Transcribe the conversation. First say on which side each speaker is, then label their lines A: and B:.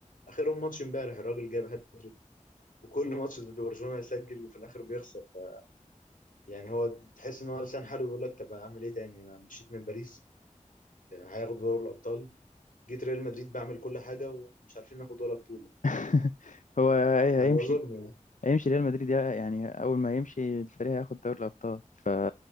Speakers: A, on the left; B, on the left.
A: اخرهم ماتش امبارح الراجل جاب هاتريك وكل ماتش ضد برشلونه يسجل وفي الاخر بيخسر ف... يعني هو تحس ان هو لسان حاله بيقول لك طب اعمل ايه تاني انا مشيت من باريس هياخد دوري الابطال جيت ريال مدريد بعمل كل حاجه ومش عارفين ناخد ولا بطوله
B: <laughs> هو هي-
A: فهيبقى
B: هيمشي
A: ظلم يعني
B: هيمشي ريال مدريد يعني اول ما يمشي الفريق هياخد دوري الابطال ف